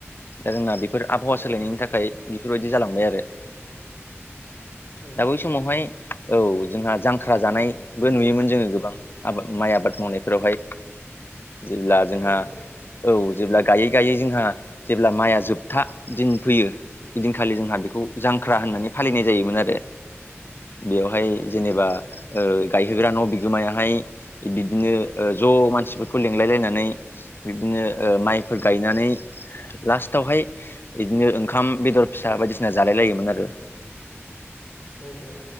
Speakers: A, on the left; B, on the left.
A: दा जोंना बेफोर आबहावा
B: औ
A: सोलायनायनि थाखाय बेफोरबायदि जालांबाय आरो।
B: औ औ
A: दा बै
B: औ नोंथां
A: समावहाय औ जोंहा जांख्रा जानाय बो नुयोमोन जोङो गोबां आबा माइ आबाद मावनायफोरावहाय जेब्ला जोंहा
B: औ औ
A: औ जेब्ला गायै - गायै जोंहा जेब्ला माइया जोबथा दिन फैयो ऐदिनखालि जोंहा बेखौ जांख्रा होननानै
B: औ
A: फालिनाय जायोमोन आरो बेवहाय
B: औ
A: जेनेबा ओ गायहोग्रा न' बिगोमायाहाय बिदिनो ज' मानसिफोरखौ लेंलायलायनानै बिबदिनो ओ माइफोर गायनानै लास्टावहाय बिदिनो ओंखाम बेदर फिसा बायदिसिना जालाय लायोमोन आरो।
B: औ - औ।